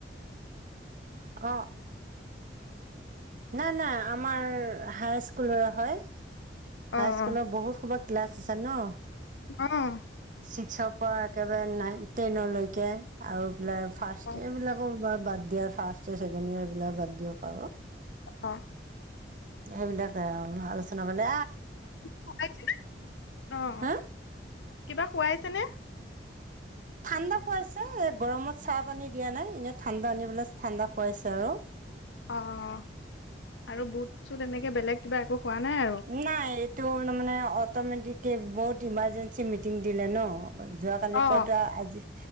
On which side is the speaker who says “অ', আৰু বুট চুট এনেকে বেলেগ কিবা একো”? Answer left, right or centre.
Left